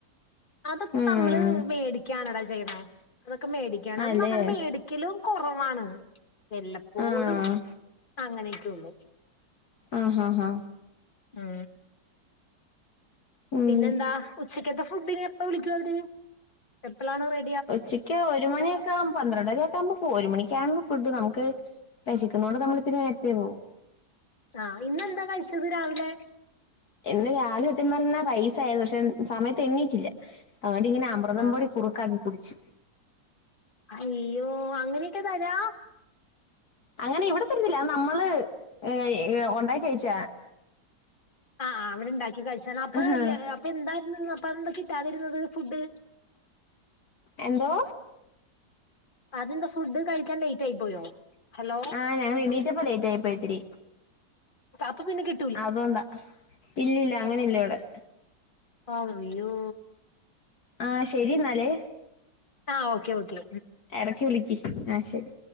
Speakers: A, on the left (about 30°); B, on the left (about 60°).
A: അതൊക്കെ
B: ഉം
A: നമ്മള് മേടിക്കാണെടാ ചെയ്യ്ന്നേ അതൊക്കെ മേടി ക്കണതും
B: അല്ലേ
A: അങ്ങനെ മേടിക്കലും കൊറവാണ്. വെല്ലപ്പോഴും
B: ആഹ്
A: അങ്ങനെക്കെയുള്ളു.
B: ആഹ് ഹാ ഹാ
A: മ്.
B: ഉം
A: പിന്നെന്താ ഉച്ചക്കത്തെ ഫുഡിന് എപ്പോ വിളിക്കു അവര് എപ്പളാണ് റെ
B: ഉച്ചക്ക് ഒരു മണിയൊക്കാവും പന്ത്രണ്ടരക്കാവുമ്പ പോരും ഒരുമണിക്കാവുമ്പൊ ഫുഡ് നമുക്ക് വെഷക്ക്ണോണ്ട് നമ്മളിത്തിരി നേരത്തെ പോവും
A: ആഹ് ഇന്നെന്താ കഴിച്ചത് രാവിലെ
B: ഇന്ന് രാവിലെ സത്യം പറഞ്ഞാ റൈസായി പക്ഷെ സമയത്ത് എണീറ്റില്ല അതോണ്ടിനി ഞമ്മ അമൃതംപൊടി
A: ആഹ്
B: കുറക്കാക്കി കുടിച്ച്
A: അയ്യോ അങ്ങനെക്കെ തരാ
B: അങ്ങനെ ഇവിടെ തര്ന്നില്ല നമ്മള് ഏഹ് ഉണ്ടായി കഴിച്ച
A: ആ അവടെണ്ടാക്കി കഴിച്ചാണ് അപ്പൊ
B: ആഹാ
A: ഇ അപ്പെന്തായിരുന്നുന്നപ്പന്താ കിട്ടാതിര്ന്നത് ഫുഡ്
B: എന്തോ
A: അതെന്താ ഫുഡ് കഴിക്കാൻ ലേറ്റായി പോയോ ഹലോ
B: ആ ഞാൻ എണീറ്റപ്പ ലേറ്റായി പോയിത്തിരി
A: അപ്പൊ പിന്നെ ക്കി
B: അതോണ്ടാ ഇല്ലില്ല അങ്ങനെല്ലവടെ
A: അയ്യോ
B: ആഹ് ശെരിന്നാലേ
A: ആഹ് ഓക്കെ ഓക്കെ
B: എടക്ക് വിളിക്ക് ആ ഹ് ശരി